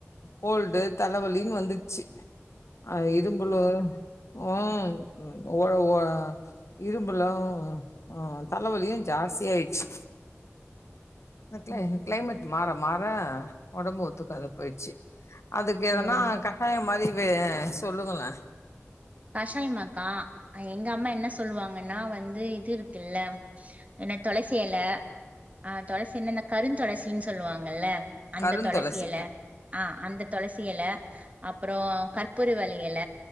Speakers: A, on the left; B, on the right.
A: கோல்டு தலவலின்னு வந்துச்சு. அ இரும்பலு, ம் ஒட ஒ இரும்பலு ஆ, தலவலியு ஜாஸ்தியாயிடுச்சு க்ள
B: ம்
A: க்ளைமேட் மாற மாற ஓடம்பு ஓத்துக்காத போயிடுச்சு அதுக்கு
B: சேரி
A: எதனா கஷாயம் மாரி வே சொல்லுங்களே
B: கஷாயமாக்கா எங்க அம்மா என்ன சொல்லுவாங்கன்னா வந்து இது இருக்குல்ல என்ன துளசி எல ஆஹ் துளசின இந்த கரு துளசின்னு சொல்லுவாங்கல்ல அந்த
A: கருந்துளசி
B: துளசி எல ஆஹ் அந்த துளசி எல அப் அப்புறோ கற்பூரவள்ளி எல